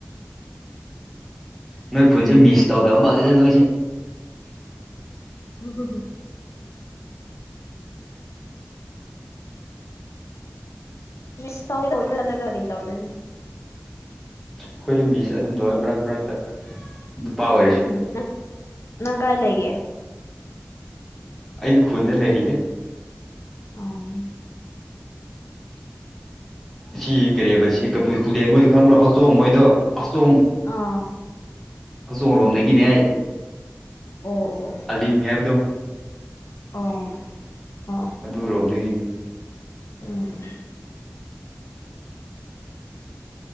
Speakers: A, in the centre; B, on the left.
A: ꯅꯣꯏ ꯈꯨꯟꯁꯦ ꯃꯤꯁ ꯇꯧꯗꯕ ꯃꯥꯜꯂꯤꯗ ꯅꯣꯏꯁꯦ
B: ꯎꯝ ꯍ ꯍꯨꯝ ꯃꯤꯁ ꯇꯦꯔꯤ ꯇꯗ
A: ꯑꯩꯈꯣꯏꯒꯤ ꯃꯤꯁꯦ ꯑꯗꯨꯝꯗ ꯑꯣꯏ ꯃꯔꯛ ꯃꯔꯛꯇ ꯅꯨꯄꯥ ꯑꯣꯏꯔꯁꯨ
B: ꯎꯝ ꯅꯪ ꯅꯪ ꯀꯥꯏ ꯂꯩꯒꯦ
A: ꯑꯩꯗꯤ ꯈꯨꯟꯗ ꯂꯩꯔꯤꯗꯦ
B: ꯑ
A: ꯁꯤ ꯀꯔꯤꯕ ꯁꯤ ꯀꯕꯨꯏ ꯈꯨꯜꯂꯦ ꯃꯣꯏꯗꯣ ꯈꯪꯕ꯭ꯔꯣ ꯑꯇꯣꯡ ꯃꯣꯏꯗꯣ ꯍꯆꯇꯣꯡ
B: ꯑꯥ
A: ꯍꯧꯆꯣꯡ ꯔꯣꯝꯗꯒꯤꯅꯦ
B: ꯑꯣ ꯑꯣ
A: ꯑꯂꯤꯡ ꯍꯥꯏꯕꯗꯣ
B: ꯑꯣ ꯑꯣ ꯑ
A: ꯑꯗꯨꯔꯣꯝꯗꯒꯤ
B: ꯎꯝ